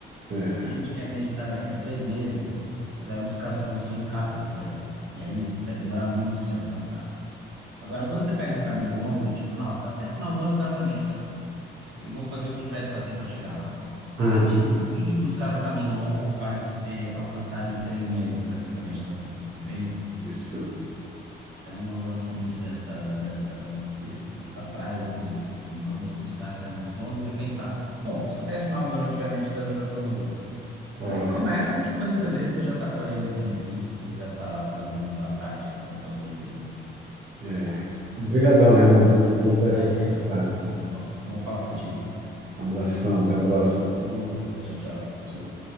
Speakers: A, on the right (about 50°); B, on the right (about 85°).
A: é,
B: Se a gente quer meditar daqui a três meses, você vai buscar soluções rápidas para isso. E aí vai demorar muito para você alcançar. Agora, quando você pega um caminho longo do tipo, nossa, até final do ano eu quero estar meditando e vou fazer o que tiver que fazer para chegar lá. A
A: uhum,
B: atitude de buscar o caminho longo faz você alcançar em três meses a, a meditação, entende?
A: isso.
B: Então, eu gosto muito dessa, dessa, dessa, dessa frase por isso, assim, vamos buscar caminhos longos e pensar, bom, se até final do ano eu estiver meditando, eu já estou no lucro.
A: Ó,
B: E aí começa que quando você vê, você já está colhendo os benefícios e já está trazendo para a prática, para a tua vida isso.
A: é. Obrigadão, Renan. Foi Muito bom conversar
B: Imagina,
A: com você, cara.
B: Fábio. Bom, fa- bom falar contigo.
A: Abração, até a próxima.
B: Outro. Tchau, tchau.
A: Tchau.